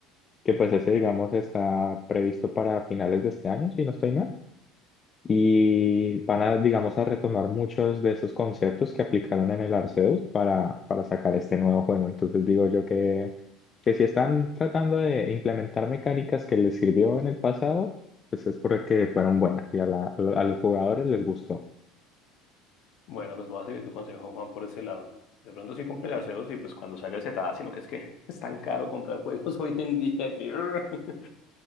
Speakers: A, on the left; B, on the left.
A: que pues
B: Ok,
A: ese digamos está previsto para finales de este año, si no estoy mal y van a, digamos, a retomar muchos de esos conceptos que aplicaron en el Arceus para, para sacar este nuevo juego. Entonces digo yo que, que si están tratando de implementar mecánicas que les sirvió en el pasado, pues es porque fueron buenas y a, la- a los jugadores les gustó.
B: bueno, pues voy a seguir tu consejo, Juan, por ese lado. De pronto sí compré el Arceus y pues cuando salga el Cetada, sino que es que <laughs> es tan caro comprar juegos <laughs> hoy en día que... <laughs>